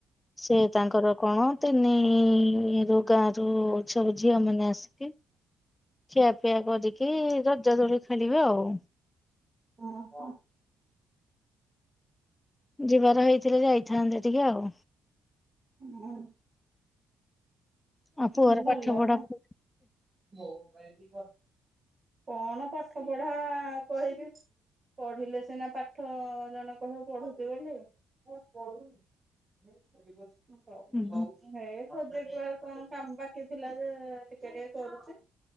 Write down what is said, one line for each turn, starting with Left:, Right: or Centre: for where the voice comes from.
Left: ସେ ତାଙ୍କର କଣ ତିନି ରୁ ଗାଁରୁ ସବୁ ଝିଅ ମାନେ ଆସି କି ଖିଆପିଆ କରିକି ରଜ ଦୋଳି ଖେଳିବେ ଆଉ।
Right: ହଁ ହ।
Left: ଯିବାର ହେଇଥିଲେ ଯାଇଥାନ୍ତେ ଟିକେ ଆଉ।
Right: ହଁ
Left: ଆଉ
Right: ହ
Left: ପୁଅର
Right: ଭଲ
Left: ପାଠ ପଢା
Right: ନା।
Left: ହୁଁ
Right: ମୋ ପାଇଁ କି କଣ? କଣ ପାଠ ପଢା କହିବି। ପଢିଲେ ସିନା ପାଠ ଜଣେ କହିବ ପଢୁଚି ବୋଲି ହୋଉ ପଢୁ। <inaudible> ହେଇ ପ୍ରୋଜେକ୍ଟେ୍
Left: ହୁଁ
Right: ୱାର୍କ କଣ କାମ ବାକି ଥିଲା ଯେ ଟିକେ ଟିକେ କରୁଚି।